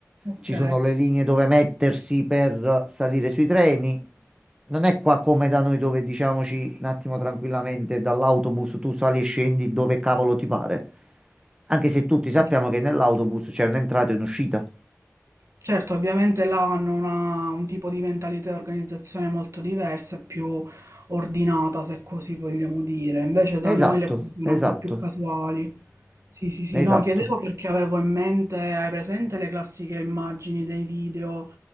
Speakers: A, on the right; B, on the right.
A: Ok.
B: ci sono le linee dove mettersi per salire sui treni. Non è qua come da noi dove diciamoci un attimo tranquillamente dall'autobus tu sali e scendi dove cavolo ti pare. Anche se tutti
A: Sì.
B: sappiamo che nell'autobus c'è un'entrata e un'uscita.
A: Certo, ovviamente là hanno una- un tipo di mentalità e organizzazione molto diversa, più ordinata, se così vogliamo dire. Invece da
B: Esatto,
A: noi le cose sono
B: esatto,
A: un po' più casuali. Sì, sì, sì,
B: esatto.
A: no, chiedevo perché avevo in mente, hai presente le classiche immagini dei video